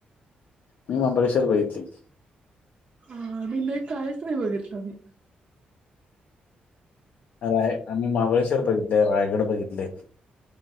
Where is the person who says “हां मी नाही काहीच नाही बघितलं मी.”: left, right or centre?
Right